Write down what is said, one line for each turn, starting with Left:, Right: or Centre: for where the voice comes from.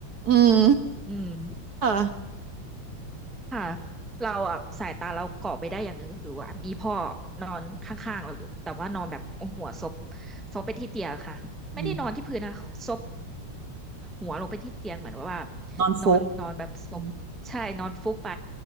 Right: อืม
Centre: อืม
Right: ค่ะ
Centre: ค่ะเราอ่ะสายตาเราเกาะไปได้อย่างหนึ่งคือว่ามีพ่อนอนข้างๆเราอยู่แต่ว่านอนแบบเอาหัวซบซบไปที่เตียงค่ะไม่ได้นอนที่พื้นนะซบ
Right: อืม
Centre: หัวลงไปที่เตียงเหมือนว่า
Right: นอนฟุบ
Centre: นอนนอนแบบซบใช่นอนฟุบไป
Right: อืม